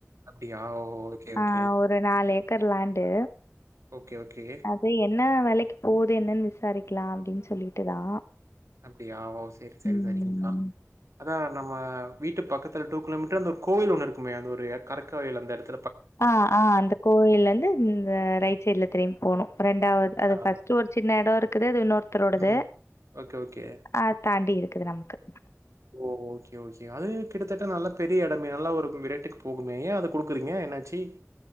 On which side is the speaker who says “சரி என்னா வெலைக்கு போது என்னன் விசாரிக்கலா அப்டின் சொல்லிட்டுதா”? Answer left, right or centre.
Left